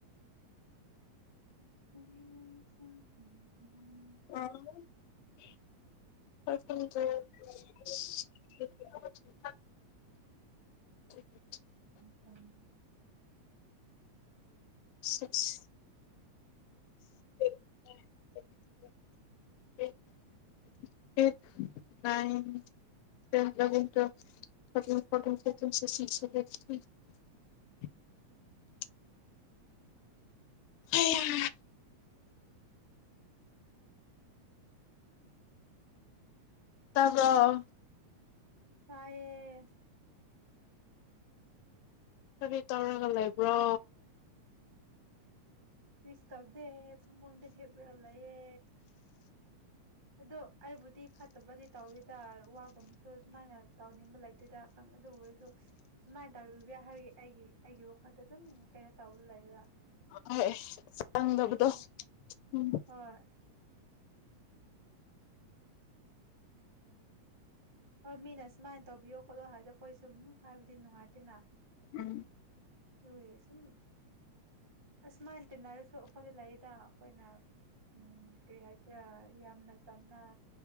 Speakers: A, on the right; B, on the left.
A: ꯎꯝ
B: ꯑꯗ
A: ꯇ
B: ꯁꯤꯛꯁ <unintelligible> ꯍꯩꯌꯥ ꯇꯥꯕꯔꯣ
A: ꯇꯥꯏꯌꯦ
B: ꯀꯔꯤ ꯇꯧꯔꯒ ꯂꯩꯕ꯭ꯔꯣ
A: ꯁ ꯇꯧꯗꯦ ꯐꯃꯨꯡꯗ ꯍꯤꯞꯄꯔ ꯂꯩꯌꯦ ꯑꯗꯣ ꯑꯩꯕꯨꯗꯤ ꯐꯠꯇꯕꯗꯤ ꯇꯧꯗꯦꯗ ꯋꯥꯒꯨꯝꯕꯁꯨ ꯁꯨꯃꯥꯏꯅ ꯇꯧꯅꯤꯡꯕ ꯂꯩꯇꯦꯗ ꯈꯪ ꯑꯗꯨꯕꯨ ꯑꯣꯏꯔꯁꯨ ꯁꯨꯃꯥꯏꯅ ꯇꯧꯕꯤꯕ ꯌꯥ ꯍꯥꯏꯕꯒꯤ ꯑꯩꯒꯤ ꯑꯩꯒꯤ ꯋꯥꯈꯟꯗ ꯁꯨꯝ ꯀꯩꯅꯣ ꯇꯧꯕ ꯂꯩꯌꯦꯕ
B: ꯍꯣꯏ ꯆꯪꯗꯕꯗꯣ
A: ꯑꯗꯨꯒꯤꯅꯤꯗ
B: ꯎꯝ
A: ꯍꯣꯏ ꯍꯣꯏ ꯃꯤꯅ ꯁꯨꯃꯥꯏꯅ ꯇꯧꯕꯤꯌꯣ ꯈꯣꯠꯂꯣ ꯍꯥꯏꯗꯣ ꯑꯩꯈꯣꯏ ꯁꯨꯝ ꯍꯥꯏꯕꯗꯤ ꯅꯨꯡꯉꯥꯏꯇꯦꯅ
B: ꯎꯝ
A: ꯑꯗꯨꯒꯤ ꯁꯨꯝ ꯑꯁꯨꯃꯥꯏꯅ ꯇꯤꯟꯅꯔꯁꯨ ꯑꯩꯈꯣꯏ ꯂꯩꯗ ꯑꯩꯈꯣꯏꯅ ꯎꯝ ꯀꯔꯤ ꯍꯥꯏꯁꯤꯔ ꯌꯥꯝꯅ ꯆꯝꯅ